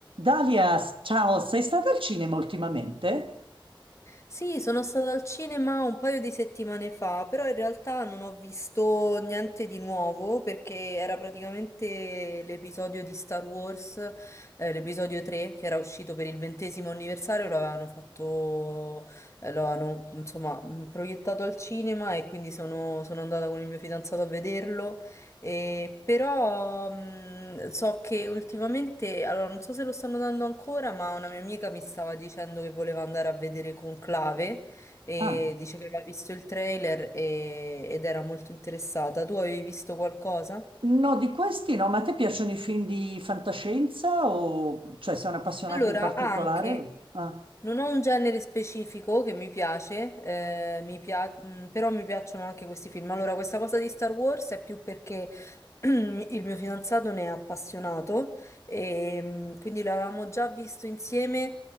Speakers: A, on the right; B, on the left.
A: Dalia, ciao, sei stata al cinema ultimamente?
B: Sì, sono stata al cinema un paio di settimane fa, però in realtà non ho visto niente di nuovo perché era praticamente l'episodio di Star Wars, eh, l'episodio 3 che era uscito per il ventesimo anniversario, lo avevano fatto, eh, lo avevano insomma mh, proiettato al cinema e quindi sono, sono andata con il mio fidanzato a vederlo eh, però mh, so che ultimamente, allora non so se lo stanno dando ancora, ma una mia amica mi stava dicendo che voleva andare a vedere Conclave e
A: Ah,
B: dice che aveva visto il trailer e- ed era molto interessata. Tu avevi visto qualcosa?
A: no, di questi no, ma a te piacciono i film di fantascienza o cioè sei un'appassionata
B: Allora,
A: in particolare?
B: anche,
A: Ah,
B: non ho un genere specifico che mi piace, eh, mi pia- mm, però mi piacciono anche questi film. Allora, questa cosa di Star Wars è più perché <clears throat> il mio fidanzato ne è appassionato e mm, quindi l'avevamo già visto insieme,